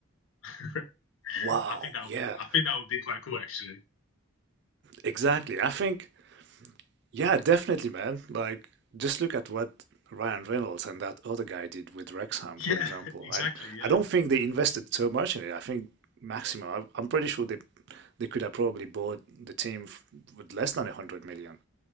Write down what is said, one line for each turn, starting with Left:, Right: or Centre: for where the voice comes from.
Left: <laughs>
Right: Wow,
Left: I think that
Right: yeah.
Left: would be, I think that would be quite cool, actually.
Right: Exactly. I think Yeah, definitely, man. Like, just look at what Ryan Reynolds and that other guy did with Wrexham, for
Left: Yeah,
Right: example.
Left: <laughs> exactly.
Right: I, d-
Left: Yeah.
Right: I don't think they invested so much in it. I think maximum, I, I'm pretty sure they they could have probably bought the team f with less than 100 million.